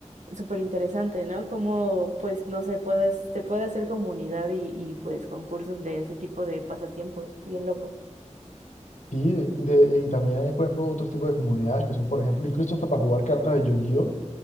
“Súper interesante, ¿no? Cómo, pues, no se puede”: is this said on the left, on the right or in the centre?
Right